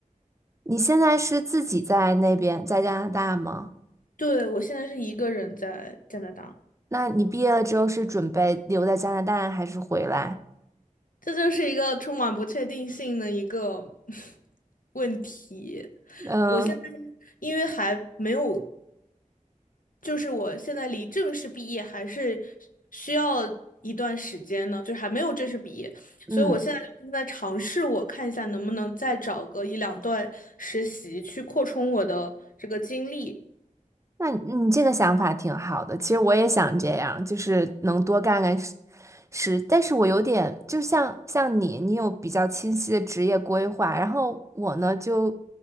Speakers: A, on the right (about 20°); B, on the left (about 80°).
A: 你现在是自己在那边，在加拿大吗？
B: 对，我现在是一个人在加拿大，
A: 那你毕业了之后是准备留在加拿大还是回来？
B: 这就是一个充满不确定性的一个 <laughs> 问题。
A: 嗯
B: 我现在因为还没有，就是我现在离正式毕业还是需要一段时间呢，就是还没有正式毕业，
A: 嗯，
B: 所以我现在就是在尝试，我看一下能不能再找个一两段实习去扩充我的这个经历。
A: 那你你这个想法挺好的。其实我也想这样，就是能多干干事，事但是我有点，就像像你，你有比较清晰的职业规划，然后我呢就